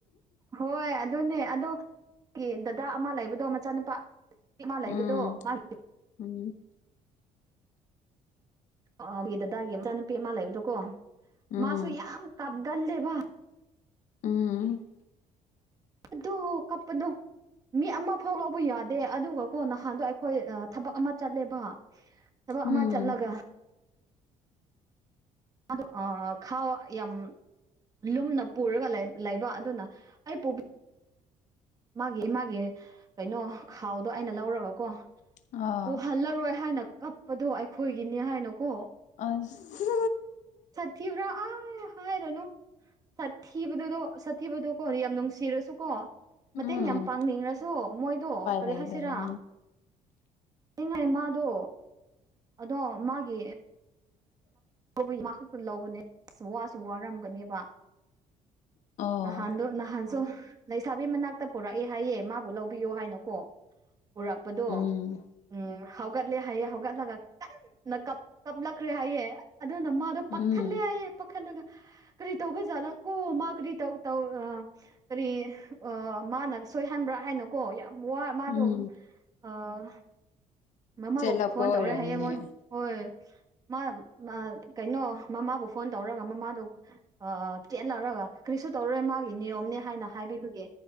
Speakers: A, on the right; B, on the left.
A: ꯍꯣꯏ ꯑꯗꯨꯅꯦ ꯑꯗꯣ ꯀꯤ ꯗꯗꯥ ꯑꯃ ꯂꯩꯕꯗꯣ ꯃꯆꯥꯅꯨꯄꯥ ꯄꯤ ꯑꯃ ꯂꯩꯕꯗꯣ
B: ꯎꯝ
A: ꯃꯥꯒꯤ
B: ꯎꯝ
A: ꯑꯥ ꯒꯤ ꯗꯗꯥꯒꯤ ꯃꯆꯥꯅꯨꯄꯤ ꯑꯃ ꯂꯩꯕꯗꯨꯀꯣ
B: ꯎꯝ
A: ꯃꯥꯁꯨ ꯌꯥꯝ ꯀꯞꯒꯜꯂꯦꯕ
B: ꯎꯝ
A: ꯗꯨ ꯀꯞꯄꯗꯣ ꯃꯤ ꯑꯃ ꯐꯥꯎ ꯂꯧꯕ ꯌꯥꯗꯦ ꯑꯗꯨꯒꯀꯣ ꯅꯍꯥꯟꯗꯣ ꯑꯩꯈꯣꯏ ꯑ ꯊꯕꯛ ꯑꯃ ꯆꯠꯂꯦꯕ ꯊꯕꯛ
B: ꯎꯝ
A: ꯑꯃ ꯆꯠꯂꯒ ꯑꯗꯨ ꯑꯥ ꯈꯥꯎ ꯌꯥꯝ ꯂꯨꯝꯅ ꯄꯨꯔꯒ ꯂꯩ ꯂꯩꯕ ꯑꯗꯨꯅ ꯑꯩ ꯄꯨ ꯃꯥꯒꯤ ꯃꯥꯒꯤ ꯀꯩꯅꯣ ꯈꯥꯎꯗꯣ ꯑꯩꯅ ꯂꯧꯔꯒꯀꯣ
B: ꯑꯥ
A: ꯄꯨꯍꯜꯂꯔꯣꯏ ꯍꯥꯏꯅ ꯀꯞꯄꯗꯣ ꯑꯩꯈꯣꯏꯒꯤꯅꯤ ꯍꯥꯏꯅꯀꯣ
B: ꯑꯁ
A: ꯊꯤꯕ꯭ꯔꯥ ꯑꯥ ꯍꯥꯏꯔꯅꯨ ꯁꯥꯊꯤꯕꯗꯨꯗꯣ ꯁꯥꯊꯤꯕꯗꯣ ꯀꯣ ꯌꯥꯝ ꯅꯨꯡꯁꯤꯔꯁꯨ ꯀꯣ
B: ꯎꯄꯥꯏ
A: ꯃꯇꯦꯡ ꯌꯥꯝ ꯄꯥꯡꯅꯤꯡꯔꯁꯨ ꯃꯣꯏꯗꯣ ꯀꯔꯤ
B: ꯂꯩꯇꯕꯅꯤ
A: ꯍꯥꯏꯁꯤꯔꯥ ꯏꯪ ꯂꯦ ꯃꯥꯗꯣ ꯑꯗꯣ ꯃꯥꯒꯤ ꯇꯧꯕꯒꯤ ꯃꯥꯈꯛꯇ ꯂꯧꯕꯅꯦ ꯑꯁ ꯋꯥꯁꯨ ꯋꯥꯔꯝꯒꯅꯦꯕ
B: ꯑꯣ
A: ꯅꯍꯥꯟꯗꯣ ꯅꯍꯥꯟꯁꯨ ꯂꯩꯁꯥꯕꯤ ꯃꯅꯥꯛꯇ ꯄꯨꯔꯛꯑꯦ ꯍꯥꯏꯌꯦ ꯃꯥꯕꯨ ꯂꯧꯕꯤꯌꯣ ꯍꯥꯏꯅꯀꯣ ꯄꯨꯔꯛꯄꯗꯣ
B: ꯎꯝ
A: ꯎꯝ ꯍꯧꯒꯠꯂꯦ ꯍꯥꯏꯌꯦ ꯍꯧꯒꯠꯂꯒ ꯀꯟꯅ ꯀꯞ ꯀꯞꯂꯛꯈ꯭ꯔꯦ ꯍꯥꯏꯌꯦ ꯑꯗꯨꯅ ꯃꯥꯗꯣ
B: ꯎꯝ
A: ꯄꯥꯈꯠ ꯂꯦ ꯍꯥꯢꯌꯦ ꯄꯥꯈꯠꯂꯒ ꯀ꯭ꯔꯤ ꯇꯧꯕ ꯖꯥꯠꯂ ꯀꯣ ꯃꯥ ꯀ꯭ꯔꯤ ꯇꯧ ꯇꯧ ꯑꯥ ꯀꯔꯤ ꯑꯥ ꯃꯥꯅ ꯁꯣꯏꯍꯟꯕ꯭ꯔꯥ ꯍꯥꯏꯅ ꯀꯣ ꯌꯥꯝ ꯋꯥ ꯃꯥꯗꯣ
B: ꯎꯝ
A: ꯑꯥ ꯃꯃꯥꯕꯣꯛ
B: ꯆꯦꯜꯂꯛꯄ
A: ꯐꯣꯟ
B: ꯑꯣꯏꯔꯝꯅꯤꯅꯦ
A: ꯇꯧꯔꯛꯑꯦ ꯍꯥꯏꯌꯦ ꯃꯉꯣꯟ ꯍꯣꯏ ꯃꯥ ꯃꯥ ꯀꯩꯅꯣ ꯃꯃꯥꯕꯨ ꯐꯣꯟ ꯇꯧꯔꯒ ꯃꯃꯥꯗꯣ ꯑꯥ ꯆꯦꯟꯂꯔꯒ ꯀ꯭ꯔꯤꯁꯨ ꯇꯧꯔꯔꯣꯏ ꯃꯥꯒꯤ ꯅꯤꯌꯣꯝꯅꯦ ꯍꯥꯏꯅ ꯍꯥꯏꯕꯤꯕꯒꯤ